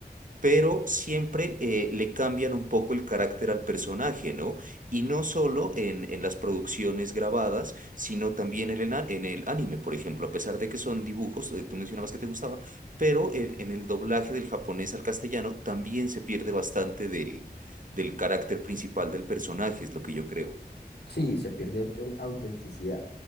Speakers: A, on the right (about 50°); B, on the left (about 80°).
A: pero siempre eh, le cambian un poco el carácter al personaje, ¿no? Y no solo en, en las producciones grabadas, sino también en el, ana- en el anime, por ejemplo, a pesar de que son dibujos, eh, tú mencionabas que te gustaba, pero en, en el doblaje del japonés al castellano también se pierde bastante del, del carácter principal del personaje, es lo que yo creo.
B: Sí, se pierde auto- autenticidad.